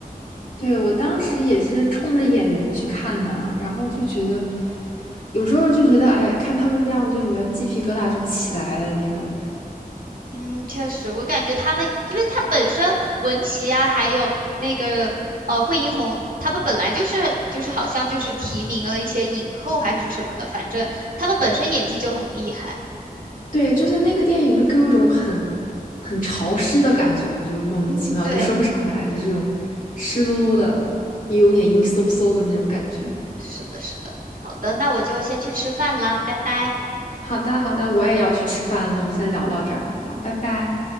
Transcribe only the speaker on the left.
对，我当时也是冲着演员去看的，然后就觉得，有时候就觉得，哎，看他们那样就觉得鸡皮疙瘩就起来了那种。
对，就是那个电影就给我一种很很潮湿的感觉，就莫名其妙，
就说不上来，就是这种湿漉漉的，也有点阴飕飕的那种感觉。
好的，好的，我也要去吃饭了，我们先聊到这儿吧。好，拜拜。